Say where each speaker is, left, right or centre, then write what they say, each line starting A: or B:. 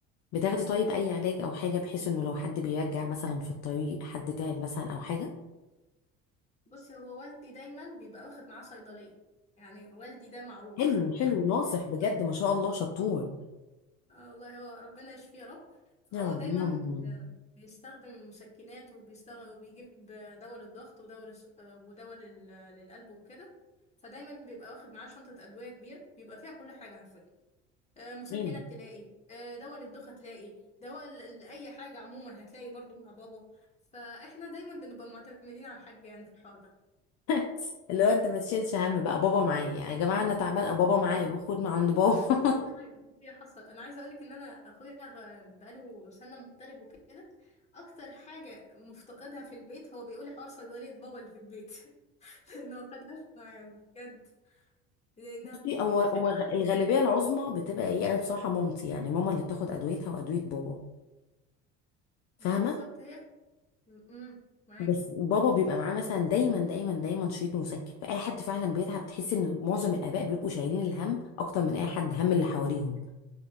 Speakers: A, on the left; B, on the left.
A: بتاخدي طيب اي علاج او حاجه بحيث انه لو حد بيرجع مثلا في الطريق حد تعب مثلا او حاجه
B: بصي هو والدي دايما بيبقى واخد معاه صيدلية يعني والدي ده معروف
A: حلو حلو ناصح
B: <laughs>
A: بجد ما شاء الله شطور
B: اه والله هو ربنا يشفيه يا رب فهو
A: يا رب
B: دايما
A: اللهم
B: آه، بيستخدم مسكنات وبيستخدم وبيجيب آه، دواء للضغط ودواء للس- آه، ودواء لل- للقلب وكده فدايما بيبقى واخد معاه شنطة أدوية كبيرة بيبقى فيها كل حاجة حرفيا آه، مسكنات
A: آمين.
B: تلاقي آه، دواء للدوخة تلاقي دواء ل- لأي حاجة عموما هتلاقي برضو مع بابا فإحنا دايما بنبقى معتمدين على الحاج يعني في الحوار ده
A: <laughs> اللي هو انت ما تشيلش هم بقى بابا معايا يعني يا جماعه انا تعبان بابا معايا
B: بالظبط.
A: باخد من عند بابا <laughs>
B: والله هي حصل أنا عايزة أقولك إن أنا أخويا غ- بقاله سنة مغترب وكده أكتر حاجة مفتقدها في البيت هو بيقول حوار صيدلية بابا اللي في البيت <laughs> لأنه خدها معايا بجد لأنها
A: بصي،
B: بتفرق
A: هو هو
B: معانا
A: غ- الغالبيه
B: كلنا
A: العظمى بتبقى ايه انا بصراحه مامتي يعني ماما اللي بتاخد ادويتها وادويه بابا فاهمه
B: بالظبط هي م- م- معاكي
A: بس بابا بيبقى معاه مثلا دايما دايما دايما شريط مسكن فاي حد فعلا بيتعب تحس ان معظم الاباء بيبقوا شايلين الهم اكتر من اي حد هم اللي حواليهم